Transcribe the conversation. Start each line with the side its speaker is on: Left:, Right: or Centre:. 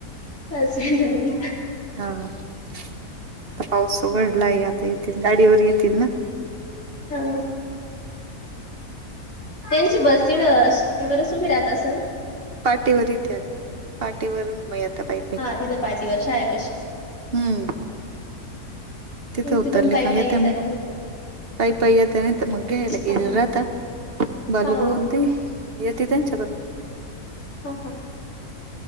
Left: पास मिट दि
Right: हा आता पाऊस उघडलाय आता येतील गाडीवर येतील ना
Left: हा त्यांची बस डनवरच उभी राहत असे ना
Right: पाटेवर त्या पाटेवरून म आता पायपई
Left: तीथ पाटी वर शाळे पशी
Right: हम्म तिथे उतरले
Left: तिथून पायी
Right: का येते
Left: पायी येता
Right: म
Left: मग
Right: पई पईया त्याने तर मग हे ल
Left: हा
Right: गज राात बल
Left: हा
Right: बून त येत त्यांच्या बरोबर
Left: हा हा